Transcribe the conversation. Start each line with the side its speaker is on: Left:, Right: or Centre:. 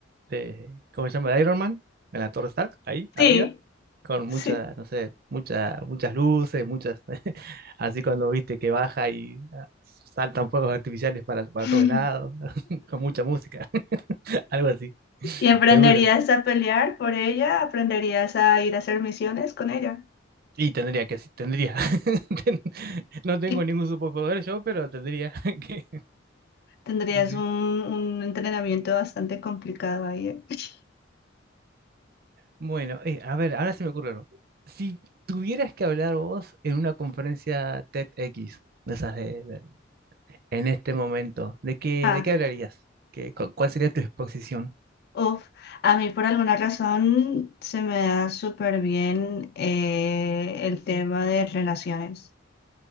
Right: de, ¿cómo se llama? De Iron Man, en la Torre Stark, ahí arriba,
Left: Sí,
Right: con
Left: sí.
Right: muchas, no sé, muchas, muchas luces, muchas, <laughs> así cuando viste que baja y ah, saltan fuegos artificiales para, para
Left: Mm.
Right: todos lados, <laughs> con mucha música, <laughs> algo así,
Left: Y aprenderías
Right: seguro.
Left: a pelear por ella, aprenderías a ir a hacer misiones con ella.
Right: Y tendría que, sí, tendría. <laughs> Ten- No tengo
Left: Y
Right: ningún superpoder yo, pero tendría <laughs> que,
Left: tendrías
Right: sí, sí.
Left: un, un entrenamiento bastante complicado ahí. ¿eh? <laughs>
Right: Bueno, eh, a ver, ahora se me ocurre uno. Si tuvieras que hablar vos en una conferencia TEDx, de esas de, de En este momento, ¿de qué,
Left: Ah,
Right: de qué hablarías? ¿Qué- cu- cuál sería tu exposición?
Left: uf. A mí por alguna razón se me da súper bien eh, el tema de relaciones.